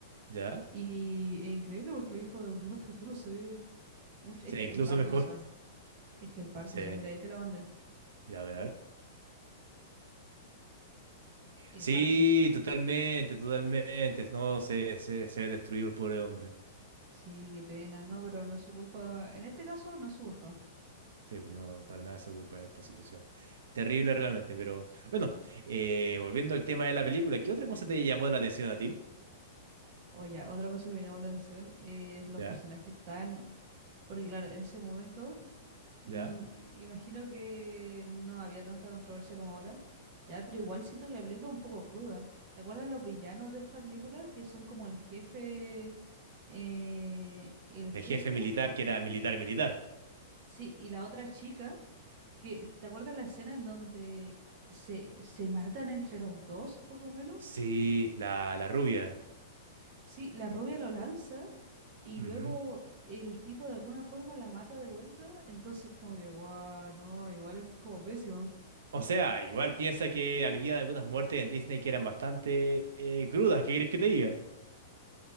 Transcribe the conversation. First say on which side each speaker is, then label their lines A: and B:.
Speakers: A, on the right; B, on the right.
A: ¿Ya?
B: Y es increíble porque el viejo de Volver al Futuro se ve mucho.
A: Sí,
B: Es que
A: incluso
B: el Parkinson.
A: mejor. <laughs>
B: Es que el Parkinson,
A: Sí,
B: mira, ahí te la mandé.
A: ya, a ver, a ver.
B: El
A: Sí,
B: Parkinson.
A: totalmente, totalmente. No, se, se, se destruyó el pobre hombre.
B: Sí, qué pena. No, pero no es su culpa. En este caso, no es su culpa.
A: Sí, pues no, para nada es su culpa esta situación. Terrible realmente, pero bueno, eh, volviendo al tema de la película, ¿qué otra cosa te llamó la atención a ti?
B: Oye, otra cosa que me llamó la atención es los
A: ¿Ya?
B: personajes tan Porque claro, en ese momento, mm,
A: ¿Ya?
B: i- imagino que no había tanta controversia como ahora, ya, pero igual siento que la película es un poco cruda. ¿Te acuerdas los villanos de esta película? Que son como el jefe, eh, el jefe,
A: El jefe militar que era militar, militar.
B: sí, y la otra chica, que, ¿te acuerdas la escena en donde se, se matan entre los dos, poco menos?
A: Sí, la, la rubia.
B: Sí, la rubia lo lanza y
A: Ujú.
B: luego el tipo de alguna forma la mata de vuelta, entonces como que, guau, no, igual es como pésimo.
A: O sea, igual piensa que había algunas muertes en Disney que eran bastante eh, crudas, ¿qué quieres que te diga?